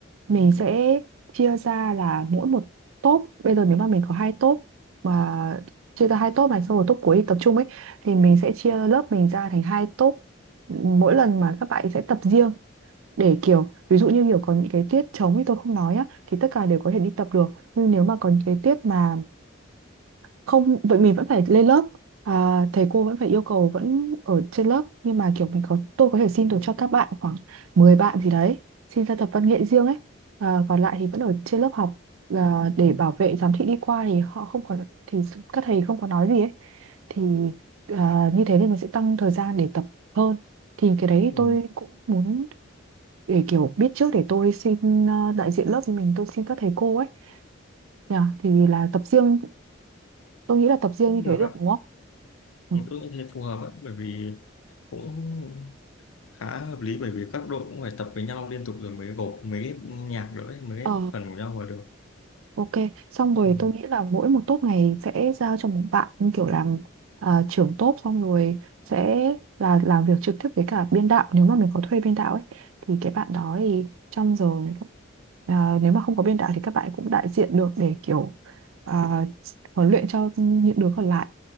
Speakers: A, on the right; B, on the left.
A: mình sẽ chia ra là mỗi một top. Bây giờ nếu mà mình có hai top mà chia ra hai top này xong rồi top cuối thì tập trung ấy thì mình sẽ chia lớp mình ra thành hai top. Mỗi lần mà các bạn sẽ tập riêng để kiểu ví dụ như kiểu có những cái tiết trống thì tôi không nói á thì tất cả đều có thể đi tập được. Nhưng nếu mà có những cái tiết mà không vậy mình vẫn phải lên lớp à, thầy cô vẫn phải yêu cầu vẫn ở trên lớp nhưng mà kiểu mình có tôi có thể xin được cho các bạn khoảng 10 bạn gì đấy xin ra tập văn nghệ riêng ấy à, còn lại thì vẫn ở trên lớp học à, để bảo vệ giám thị đi qua thì họ không có thì các thầy không có nói gì ấy thì à, như thế nên mình sẽ tăng thời gian để tập hơn thì cái đấy
B: ừ.
A: tôi cũng muốn để kiểu biết trước để tôi xin à, đại diện lớp của mình tôi xin các thầy cô ấy Nhờ, thì là tập riêng tôi nghĩ là tập riêng
B: cũng
A: như
B: được
A: thế được
B: á
A: đúng không Ừ.
B: ừ, tôi nghĩ thế phù hợp á bởi vì cũng khá hợp lý bởi vì các đội cũng phải tập với nhau liên tục rồi mới gộp mới ghép nhạc nữa ấy, mới ghép
A: Ờ,
B: phần của nhau vào được
A: ok. Xong rồi
B: ừ.
A: tôi nghĩ là mỗi một top này sẽ giao cho một bạn như kiểu làm à, trưởng top xong rồi sẽ là làm việc trực tiếp với cả biên đạo nếu mà mình có thuê biên đạo ấy thì cái bạn đó thì trong giờ à, nếu mà không có biên đạo thì các bạn cũng đại diện được để kiểu à, huấn luyện cho những đứa còn lại